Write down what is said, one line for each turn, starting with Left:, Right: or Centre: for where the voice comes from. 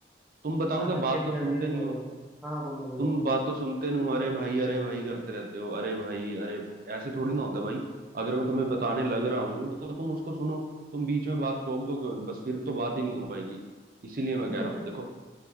Right: तुम बताओ
Centre: सारा
Right: क्या बात
Centre: खेल
Right: तो सुनते
Centre: कैटरिंग
Right: नहीं
Centre: का होगा
Right: हो
Centre: हाँ हाँ बोलो बोलो
Right: तुम बात तो सुनते नहीं हो अरे भाई अरे भाई करते रहते हो अरे भाई अरे भाई ऐसे थोड़ी ना होता भाई अगर मैं तुम्हें बताने लग रहा हूँ तो तुम उसको सुनो तुम बीच में बात टोक दो बस फिर तो बात ही नहीं हो पाएगी इसीलिए मैं
Centre: <laughs>
Right: कह रहा हूँ देखो